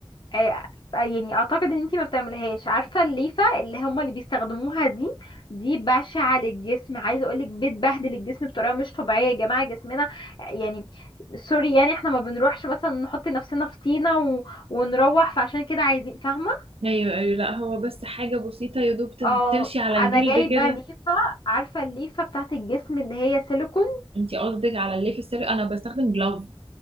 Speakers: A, on the left (about 55°); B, on the right (about 80°).
A: آه، يعني اعتقد ان انتي ما بتعمليهاش عارفه الليفه اللي هما اللي بيستخدموها دي دي بشعه للجسم عايزه اقولك بتبهدل الجسم بطريقه مش طبيعيه يا جماعه جسمنا يعني سوري يعني احنا ما بنروحش مثلا نحط نفسنا في طينه و... ونروح فعشان كده عايزين فاهمه
B: ايوه ايوه لا هو بس حاجة بسيطة يا دوب تم-
A: اه
B: تمشي على الجلد
A: انا جايبه
B: كده
A: ليفه عارفه الليفه بتاعت الجسم اللي هي سيليكون
B: انتي قصدك على الليف السيري انا بستخدم جلاف